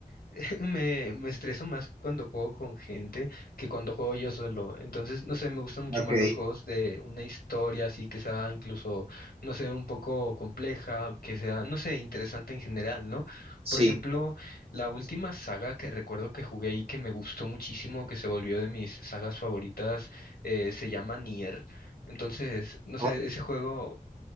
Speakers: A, on the left; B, on the right.
A: <laughs> Me, me estreso más cuando juego con gente que cuando juego yo solo. Entonces, no sé, me gustan mucho
B: Ok,
A: más los juegos de una historia así que sea incluso, no sé, un poco compleja, que sea, no sé, interesante en general, ¿no?
B: sí.
A: Por ejemplo, la última saga que recuerdo que jugué y que me gustó muchísimo, que se volvió de mis sagas favoritas, eh, se llama Nier. Entonces, no
B: O-
A: sé, ese juego,